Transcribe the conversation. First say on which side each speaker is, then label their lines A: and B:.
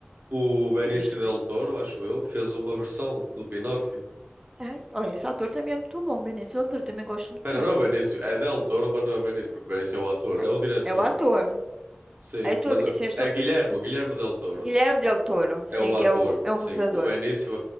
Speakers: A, on the right (about 55°); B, on the right (about 15°).
A: o Benício
B: existe. o
A: del
B: Pin-
A: Toro, acho eu, fez uma versão do Pinóquio.
B: Ai, olha, esse ator também é muito bom, Benito. Esse ator também gosto muito
A: Espera,
B: dele.
A: não é o Benício, é del Toro, mas não é o Benício, porque o Benício é o ator, é
B: É,
A: o diretor.
B: é o ator.
A: Sim,
B: Aí eu estou
A: mas
B: a ver- assim, eu estou-
A: é Guilherme, Guilherme del Toro.
B: Guilherme Del Toro, sim,
A: é o
B: que
A: ator,
B: é, o, é um
A: sim.
B: realizador.
A: O Benício,